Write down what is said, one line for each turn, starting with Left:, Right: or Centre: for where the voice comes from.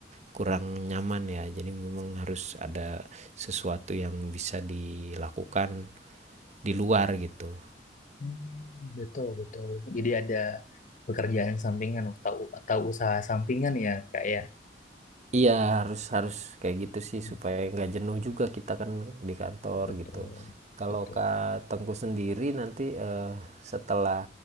Right: kurang nyaman ya jadi memang harus ada sesuatu yang bisa dilakukan di luar gitu
Left: Hmm, betul, betul. Jadi ada pekerjaan sampingan atau, atau usaha sampingan ya, Kak ya?
Right: Iya harus harus kayak gitu sih
Left: Hmm,
Right: supaya nggak jenuh juga kita kan di kantor
Left: Betul,
Right: gitu. Kalau
Left: betul.
Right: Kak Tengku sendiri nanti eh, setelah